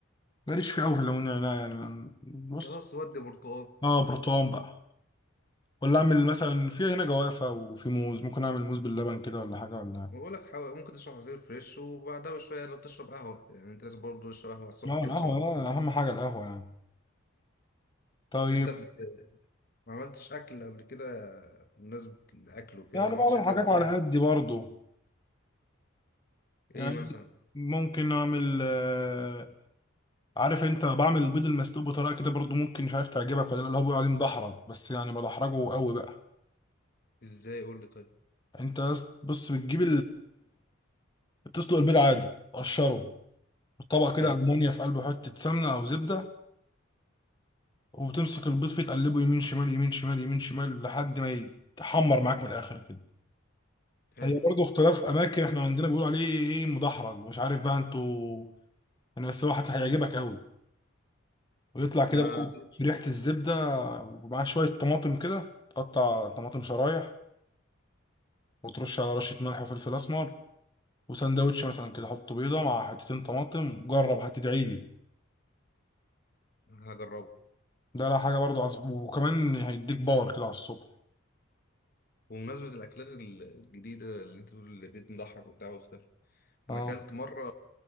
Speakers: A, on the left; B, on the left.
A: ماليش فيه قوي في الليمون والنعناع يعني ما- بص
B: خلاص ودي برتقال
A: اه برتقال بقى ولا اعمل مثلا في هنا جوافه وفي موز ممكن اعمل موز باللبن كده ولا حاجه ولا
B: بقول لك حاول ممكن تشرب عصير فريش وبعدها بشويه لو بتشرب قهوه يعني انت لازم برضه تشرب قهوه على الصبح
A: اه
B: كده
A: القهوه
B: عشان تفوق
A: لا اهم حاجه القهوه يعني طيب
B: انت بت... ما عملتش اكل قبل كده بمناسبه الاكل وكده
A: يعني
B: ما
A: بعمل
B: عملتش اكل
A: حاجات
B: قبل كده
A: على قدي برضو يعني
B: ايه مثلا
A: ممكن اعمل آه، عارف انت بعمل البيض المسلوق بطريقه كده برضو ممكن مش عارف تعجبك ولا لا اللي هو بيقول عليه مدحرج بس يعني بدحرجه قوي بقى
B: ازاي قول لي طيب
A: انت بص بتجيب بتسلق البيض عادي تقشره طبق كده
B: حلو
A: ألمونيا في قلبه حتة سمنة أو زبدة وتمسك البيض فيه تقلبه يمين شمال يمين شمال يمين شمال لحد ما يتحمر معاك من الآخر كده
B: حلو
A: هي برضه اختلاف أماكن احنا عندنا بيقولوا عليه إيه مدحرج مش عارف بقى أنتوا أنا بس هو حتى هيعجبك أوي ويطلع كده
B: انا
A: بقى في ريحة الزبدة ومعاه شوية طماطم كده تقطع طماطم شرايح وترش على رشة ملح وفلفل أسمر وسندوتش مثلا كده حط بيضة مع حتتين طماطم جرب هتدعيلي
B: هجربه
A: ده لا حاجة برضو عصب. وكمان هيديك باور كده على الصبح
B: وبمناسبه الاكلات الجديده اللي انت بتقول اللي بيت مضحك وبتاع واختلف
A: اه
B: انا اكلت مره